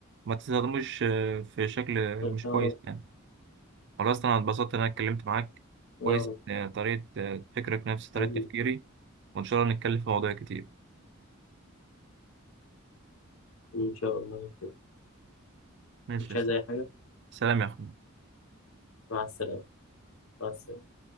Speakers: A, on the right (about 55°); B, on the left (about 80°).
A: ما تستخدموش آه، في شكل
B: يا
A: مش
B: رب
A: كويس يعني والله اصلا انا اتبسطت ان انا اتكلمت معاك
B: يا
A: كويس
B: رب
A: آه، طريقة آه، فكرك نفس طريقة
B: حبيبي
A: تفكيري وان شاء الله نتكلم في مواضيع كتير
B: إن شاء الله
A: ماشي
B: مش
A: يا اسطى
B: عايز أي حاجة
A: سلام يا اخوي
B: مع السلامة مع السلامة